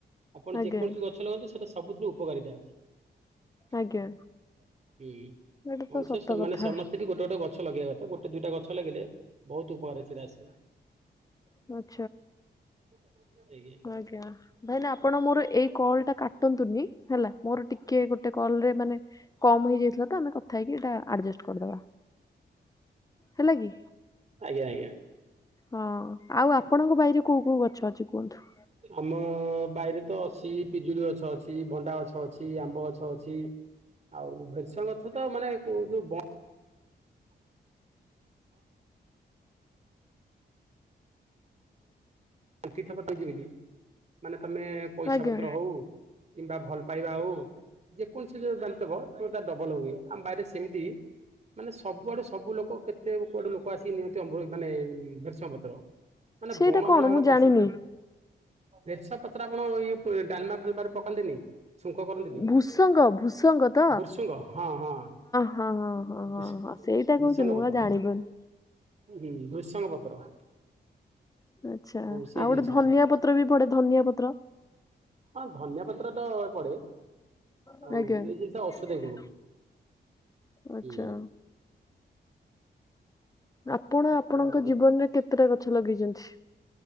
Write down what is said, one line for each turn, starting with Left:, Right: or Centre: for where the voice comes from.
Right: ଆପଣ
Left: ଆଜ୍ଞା
Right: ଯେକୌଣସି ଗଛ ଛି ଲଗାଯାଉଛି ସେଟା ସବୁଥିରୁ ଉପକାରିତା ଅଛି।
Left: ଆଜ୍ଞା
Right: ହୁଁ
Left: ଏଇଟା ତ
Right: ମଣିଷ
Left: ସତ
Right: ସେମାନେ
Left: କଥା
Right: ସମସ୍ତେ ବି ଗୋଟେ ଗୋଟେ ଗଛ ଲଗେଇବା କଥା। ଗୋଟେ, ଦୁଇଟା ଗଛ ଲାଗିଲେ ବହୁତ ଉପକାରେ ସେରା ଆସିଲ।
Left: ମ <unintelligible>
Right: ଏଞ <unintelligible>
Left: ଆଜ୍ଞା। ଭାଇନା ଆପଣ ମୋର ଏଇ କଲ ଟା କାଟନ୍ତୁନି ହେଲା ମୋର ଟିକେ ଗୋଟେ କଲ ରେ ମାନେ କମ ହେଇଯାଇଥିଲା। ତ ଆମେ କଥା ହେଇକି ଏଟା ଆଡଜେଷ୍ଟ କରି ଦବା ହେଲା କି?
Right: ଆଜ୍ଞା।
Left: ହଁ ଆଉ ଆପଣଙ୍କ ବାଇରେ କୋଉ କୋଉ ଗଛ ଅଛି କୁହନ୍ତୁ?
Right: ଆମ ବାଇରେ ତ ଅଛି ପିଜୁଳି ଗଛ ଅଛି, ଭଣ୍ଡା ଗଛ ଅଛି, ଆମ୍ବ ଗଛ ଅଛି ଆଉ ଭେରସଙ୍ଗ ଗଛ ସେଟା ମାନେ ଯୋଯୋଉ <unintelligible> ବୋଲି ମାନେ ତମେ ପଇସା
Left: ଆଜ୍ଞା।
Right: ପତ୍ର ହଉ କିମ୍ବା ଭଲ ପାଇବା ହଉ ଯେକୌଣସି ଯୋଉ ଜାଣିିତବ କି ତା ଡବଲ ହୁଏ। ଆମ ବାହରେ ସେମିତି ମାନେ ସବୁଆଡୁ ସବୁ ଲୋକ କେତେ କୁଆଡେ ଲୋକ ଆସିକି ନିଅନ୍ତି ଅମୃ ମାନେ ଭେରଷଙ୍ଗ ପତ୍ର। ମାନେ
Left: ସେଇଟା
Right: ବଣ
Left: କଣ
Right: ହେଲା ବେଳେ
Left: ମୁଁ
Right: ବର୍ଷା
Left: ଜାଣିନି
Right: ର୍ସପ <unintelligible> ଆପଣ ଇ ଡାଲମା ଫାଲମା ରେ ପକାନ୍ତିନି ଛୁଙ୍କ କରନ୍ତି ବି।
Left: ଭୂସଙ୍ଗ ଭୂସଙ୍ଗ ତ?
Right: ଭୃସୁଙ୍ଗ ହଁ ହଁ
Left: ହଁ ହଁ ହଁ ହଁ
Right: ଭୁଶ
Left: ହଁ ସେଇଟା
Right: ଭୃସଙ୍ଗ
Left: କହୁଛ ମୁଁ
Right: ପତ୍ର।
Left: ଆଉ ଜାଣିପାରୁନି।
Right: ହୁଁ ଭୃସଙ୍ଗ ପତ୍ର
Left: ଆଛା
Right: ସେଇ
Left: ଆଉ
Right: ଜିନିଷ
Left: ଗୋଟେ ଧନିଆ
Right: ଟା
Left: ପତ୍ର ବି ପଡେ ଧନିଆ ପତ୍ର
Right: ହଁ ଧନିଆ ପତ୍ର ତ ପଡେ ଆଉ
Left: <unintelligible> ଆଜ୍ଞା।
Right: ଏଇ ଜିନିଷ ଔଷଧୀୟ ଗୁଣ
Left: ଆଚ୍ଛା।
Right: ହୁଁ
Left: ଆପଣ ଆପଣଙ୍କ
Right: ଆଉ
Left: ଜୀବନରେ କେତେଟା ଗଛ ଲଗେଇଛନ୍ତି?